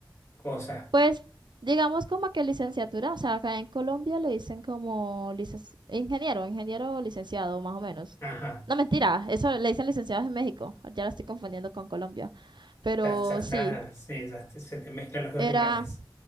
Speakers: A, on the left; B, on the right.
A: cosas.
B: Pues digamos como que licenciatura, o sea, acá en Colombia le dicen como licenci- ingeniero, ingeniero o licenciado, más o menos.
A: Ajá,
B: No, mentira, eso le dicen licenciados en México, ya la estoy confundiendo con Colombia, pero
A: ya, ya está,
B: sí,
A: sí, ya te- se te mezclan los dos
B: era,
A: lugares.